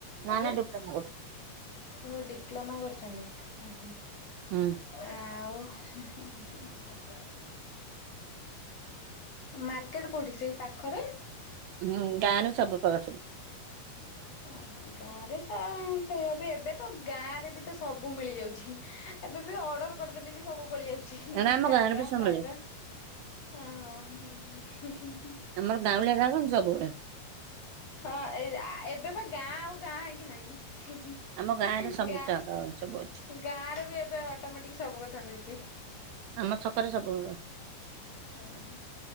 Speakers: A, on the right (about 80°); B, on the left (about 45°).
A: ନା
B: ଆଜ୍ଞା।
A: ନା ଡିପ୍ଲୋମା କରୁଛି।
B: ଓହୋ ଡିପ୍ଲୋମା କରୁଚନ୍ତି ଉଁ ହୁଁ
A: ହୁଁ
B: ଆଉ ‌ ହୁଁ ଉଁ। ମାର୍କେଟ କଉଠି ସେଇ ପାଖ
A: ହୁଁ ଗାଁ ସବୁ ଫଳ ସବୁ
B: ଓହୋ ଗାଁରେ ସେ ଆଉ ସେଇଆ ବି ଏବେ ତ ଗାଁରେ ବି ତ ସବୁ ମିଳିଯାଉଚି। ଏବେ ବି ଅର୍ଡ଼ର କରିଦେଲେ ବି ସବୁ ପଳିଆସ୍ ଚି
A: କାରଣ ଆମ
B: ଖାଇବା
A: ଗାଁରେ ବି ସବୁ
B: ଫାଇବା
A: ମିଳେ
B: ହଁ ହଁ ହୁଁ।
A: ଆମର ଗାାଉଁଲିଆ ଗାଁ କଁ ସବୁଉଡ଼ା?
B: ହଁ ଏଇ ଆ ଏବେ ପା ଗାଁ ଆଉ ଗାଁ ହେଇକି ନାହିଁ।
A: ଆମ ଗାଁରେ ସବୁ
B: ଗାଁ
A: ଜାଗା ସବୁ ଅଛି
B: ଗାଁରେ ବି ଏବେ ଅଟୋମେଟିକ୍ ସବୁ କଥା ମିଳିଚି।
A: ଆମ ଛକରେ ସବୁ ମିଳିବ
B: ଓହ।